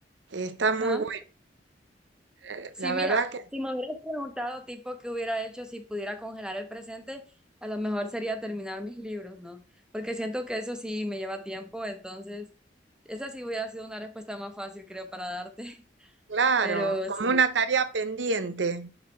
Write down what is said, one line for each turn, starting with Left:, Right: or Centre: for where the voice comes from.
Right: eh, está
Centre: Ajá.
Right: muy bueno, eh,
Centre: Sí,
Right: la
Centre: mira,
Right: verdad que,
Centre: si me hubieras preguntado tipo qué hubiera hecho si pudiera congelar el presente, a lo mejor sería terminar mis libros, ¿no? Porque siento que eso sí me lleva tiempo, entonces esa sí hubiera sido una respuesta más fácil, creo, para darte, <laughs>
Right: claro,
Centre: pero
Right: como
Centre: sí.
Right: una tarea pendiente,